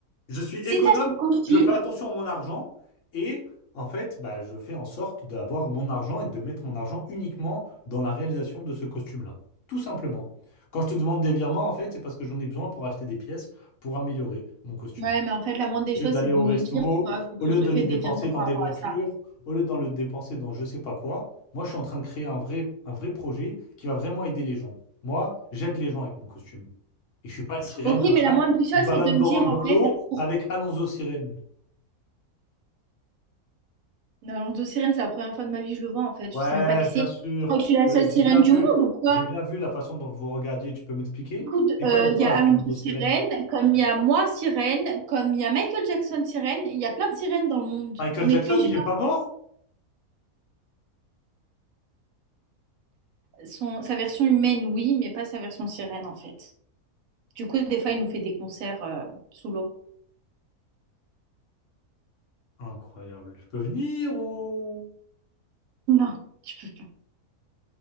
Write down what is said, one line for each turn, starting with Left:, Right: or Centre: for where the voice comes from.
Left: Je suis économe,
Right: Si t'as ce costume.
Left: je fais attention à mon argent et en fait, bah, je fais en sorte d'avoir mon argent et de mettre mon argent uniquement dans la réalisation de ce costume-là. Tout simplement. Quand je te demande des virements, en fait, c'est parce que j'en ai besoin pour acheter des pièces pour améliorer mon costume.
Right: Ouais, mais en fait, la moindre des
Left: Au
Right: choses,
Left: lieu d'aller
Right: c'est de
Left: au
Right: me
Left: resto,
Right: le dire, tu vois, vu
Left: au
Right: que
Left: lieu
Right: je te
Left: de les
Right: fais
Left: dépenser
Right: des virements par
Left: dans
Right: rapport
Left: des voitures,
Right: à ça.
Left: au lieu de le dépenser dans je sais pas quoi, moi, je suis en train de créer un vrai, un vrai projet qui va vraiment aider les gens. Moi, j'aide les gens avec mon costume. Et je suis pas une sirène
Right: Ok,
Left: comme
Right: mais
Left: ça
Right: la moindre des choses,
Left: qui se balade
Right: c'est de me
Left: dans,
Right: dire,
Left: dans
Right: en
Left: l'eau
Right: fait, pour
Left: avec Alonso Sirène.
Right: Dans de sirène, c'est la première fois de ma vie que je le vois en fait.
Left: Ouais,
Right: Je sais même pas qui
Left: bien
Right: c'est.
Left: sûr.
Right: Je crois que je suis la
Left: Euh,
Right: seule
Left: j'ai
Right: sirène
Left: bien
Right: du
Left: vu.
Right: monde ou quoi?
Left: J'ai bien vu la façon dont vous regardiez. Tu peux m'expliquer?
Right: Écoute,
Left: C'est quoi
Right: euh,
Left: l'histoire
Right: il y a
Left: avec
Right: Alonso
Left: Alonso
Right: Sirène,
Left: Sirène?
Right: comme il y a moi Sirène, comme il y a Michael Jackson Sirène, il y a plein de sirènes dans le monde.
Left: Michael
Right: On
Left: Jackson,
Right: est plusieurs.
Left: il est pas mort?
Right: Son, sa version humaine, oui, mais pas sa version sirène en fait. Du coup, des fois, il nous fait des concerts euh, sous l'eau.
Left: Incroyable. Je peux venir ou...
Right: Non, tu peux pas.